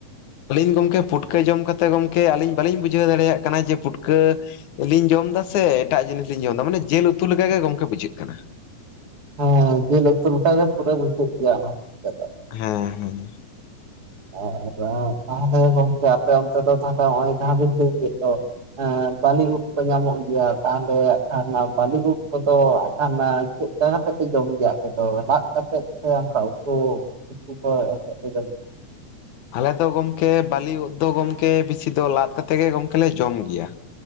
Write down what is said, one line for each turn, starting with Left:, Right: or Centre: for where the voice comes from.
Left: ᱟᱹᱞᱤᱧ ᱜᱚᱢᱠᱮ ᱯᱩᱴᱠᱟᱹ ᱡᱚᱢ ᱠᱟᱛᱮ ᱜᱚᱝᱠᱮ ᱟᱹᱞᱤᱧ ᱵᱟᱹᱞᱤᱧ ᱵᱩᱡᱷᱟᱹᱣ ᱫᱟᱲᱮᱭᱟᱜ ᱠᱟᱱᱟ ᱡᱮ ᱯᱩᱴᱠᱟᱹ ᱟᱹᱞᱤᱧ ᱡᱚᱢ ᱫᱟ ᱥᱮ ᱮᱴᱟᱜ ᱡᱤᱱᱤᱥ ᱞᱤᱧ ᱡᱚᱢ ᱫᱟ ᱢᱟᱱᱮ ᱡᱮᱞ ᱩᱛᱩ ᱞᱮᱠᱟ ᱜᱮ ᱜᱚᱝᱠᱮ ᱵᱩᱡᱷᱟᱹᱜ ᱠᱟᱱᱟ᱾
Right: ᱦᱮᱸ ᱡᱤᱞ ᱩᱛᱩ ᱞᱮᱠᱟ ᱜᱮ ᱯᱩᱨᱟᱹ ᱵᱩᱡᱷᱟᱹᱜ ᱜᱮᱭᱟ ᱚᱱᱟ <inaudible> ᱫᱚ᱾
Left: ᱦᱮᱸ ᱦᱮᱸ᱾
Right: ᱟᱨ ᱛᱟᱦᱞᱮ ᱜᱚᱝᱠᱮ ᱟᱯᱮ ᱚᱱᱛᱮ ᱫᱚ ᱛᱟᱦᱞᱮ ᱦᱚᱸᱜ-ᱚᱭ ᱡᱟᱦᱟᱸ ᱵᱤᱱ ᱞᱟᱹᱭ ᱠᱮᱜ ᱫᱚ ᱦᱮᱸ ᱵᱟᱹᱞᱤ ᱩᱫ ᱠᱚ ᱧᱟᱢᱚᱜ ᱜᱮᱭᱟ ᱛᱟᱦᱚᱞᱮ ᱠᱷᱟᱱ ᱵᱟᱹᱞᱤ ᱩᱫ ᱠᱚᱫᱚ ᱟᱠᱷᱟᱱ ᱪᱮᱫ ᱠᱟ ᱠᱟᱛᱮᱜ ᱯᱮ ᱡᱚᱢ ᱜᱮᱭᱟ ᱟᱯᱮ ᱫᱚ, ᱞᱟᱫ ᱠᱟᱛᱮᱜ ᱥᱮ ᱚᱱᱠᱟ ᱩᱛᱩ ᱩᱛᱩ ᱠᱚ <inaudible> ᱯᱮ ᱡᱚᱢ?
Left: ᱟᱞᱮ ᱫᱚ ᱜᱚᱢᱠᱮ ᱵᱟᱹᱞᱤ ᱩᱫᱽ ᱫᱚ ᱜᱚᱢᱠᱮ ᱵᱤᱥᱤ ᱫᱚ ᱞᱟᱫ ᱠᱟᱛᱮ ᱜᱮ ᱜᱚᱝᱠᱮ ᱞᱮ ᱡᱚᱢ ᱜᱤᱭᱟ᱾